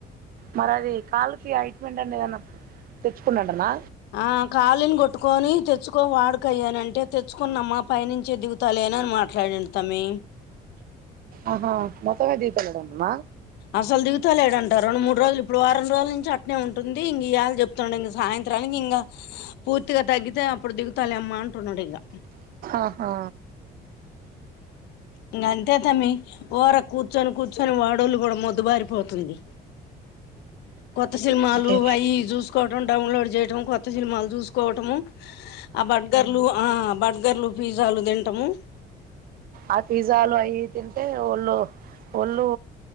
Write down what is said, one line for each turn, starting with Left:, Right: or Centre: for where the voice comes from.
Right: మరి అది కాళ్లుకి అయింటుమెంటు అన్న ఏదన్న తెచ్చుకున్నాంటనా
Left: ఆ కాలుని కొట్టుకొని తెచ్చుకోని వాడుక అయ్యానంటే తెచ్చుకున్న అమ్మా పై నుంచి డి లే తనని మాట్లాడిండు తమ్మీ
Right: ఆహా మోత్తమే దీగుత లేదంటనా
Left: అసలు దిగుతా లేడంట రెండు మూడు రోజులు ఇప్పుడు వారం రోజుల నుంచి అట్న ఉంటుంది ఇంక ఇయ్యాల చెప్తున్నాడు ఇ సాయంత్రమ్ మనికి ఇంకా పూర్తిగా తగ్గితే అప్పుడు దిగుతాలే అమ్మ అంటున్నాడు. ఇగా
Right: ఆహా
Left: ఇంకా అంతే తమ్మీ వొరకు కూర్చొని కూర్చొని వాడోళ్లు కూడా మొద్దుబారిపోతుంది. కొత్త సినిమాలు
Right: ఓకే
Left: అవి చూసుకోవటం డౌన్లోడ్ చేయటం కొత్త సినిమాలు చూసుకోవటము ఆ బర్గర్లు ఆ బర్గర్లు పిజ్జాలు తింటాము
Right: ఆ పిజ్జాలు అవి తింటే ఒళ్ళు ఒళ్ళు